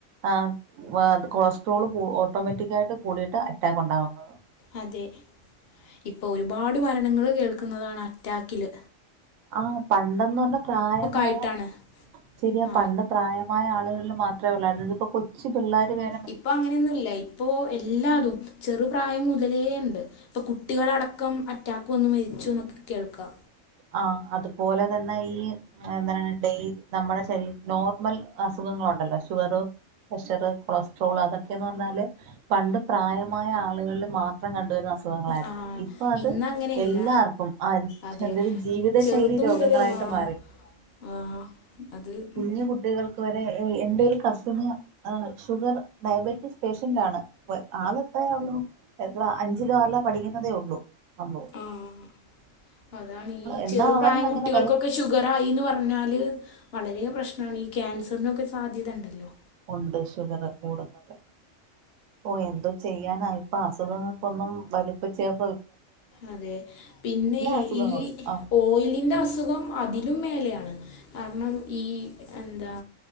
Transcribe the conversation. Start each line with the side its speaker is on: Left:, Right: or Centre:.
Right: ആഹ് വേ കൊളസ്ട്രോള് കൂ ഓട്ടോമാറ്റിക്കായിട്ട് കൂടീട്ട് അറ്റാക്കൊണ്ടാവുന്നത്.
Left: അതെ ഇപ്പൊ ഒരുപാട് മരണങ്ങള് കേൾക്കുന്നതാണ് അറ്റാക്കില്
Right: ആഹ് പണ്ടെന്ന്വർഞ്ഞാ പ്രായമായ
Left: ആയിട്ടാണ്
Right: ശരിയാ
Left: ആ
Right: പണ്ട് പ്രായ മായ ആളുകൾല് മാത്രേ ഒള്ളാര്ന്നു. ഇതിപ്പൊ കൊച്ച് പിള്ളേര് വെ
Left: ഇപ്പഅങ്ങനെയൊന്നുല്ല ഇപ്പോ എല്ലാതും ചെറുപ്രായം മുതലേ ഇണ്ട് ഇപ്പൊ കുട്ടികളടക്കം അറ്റാക്ക് വന്ന് മരിച്ചുന്നൊക്കെ കേൾക്കാ
Right: ആഹ് അതുപോല തന്നെ ഈ എന്താണ് ഡെയ് നമ്മുടെ ശരീര് നോർമൽ അസുഖങ്ങളൊണ്ടല്ലോ ഷുഗറ് പ്രഷറ്, കൊളസ്ട്രോള് അതൊക്കെന്ന് പർഞ്ഞാല് പണ്ട് പ്രായമായ ആളുകൾല് മാത്രം കണ്ടുവരുന്ന അസു ഖങ്ങളാര്ന്നു
Left: ആ
Right: ഇപ്പൊ അത്
Left: ഇന്നങ്ങനെയല്ല
Right: എല്ലാർക്കും ആഹ്
Left: അതെ
Right: അതൊരു ജീവിത ശൈലി
Left: ചെറുത്
Right: രോഗങ്ങളായിട്ട്
Left: മുതൽ ആ
Right: മാറി
Left: ആ അത്
Right: കുഞ്ഞു കുട്ടികൾക്ക് വരെ എ എന്റെ ഒരു കസിന് ഏഹ് ഷുഗർ ഡയബറ്റീസ് പേഷ്യന്റാണ് വെ ആള് എത്രേ ഒള്ളൂ എത്ര അഞ്ചിലോ ആറിലോ പഠിക്കുന്നതേയൊള്ളൂ അമ്മു
Left: ഉം അതാണ് ഈ
Right: എന്നാ
Left: ചെറു
Right: അവൻ
Left: പ്രായം
Right: അങ്ങനെ
Left: കുട്ടികൾക്കൊക്കെ
Right: ബലം
Left: ഷു ഗറായീന്ന് പർഞ്ഞാല് വളരെ പ്രശ്നാണ് ഈ ക്യാൻസർനൊക്കെ സാധ്യതണ്ടല്ലോ
Right: ഒണ്ട് ഷുഗറ് കൂടുന്നൊണ്ട് ഓഹ് എന്തോ ചെയ്യാന ഇപ്പ അസുഖങ്ങക്കൊന്നും വലിപ്പ ചെറ്പ്പ
Left: അതെ പിന്നെ
Right: അസുഖങ്ങളും
Left: ഈ
Right: ആ
Left: ഓയിലിന്റെ അസുഖം അതിലും മേലെയാണ് കാര്ണം ഈ എന്താ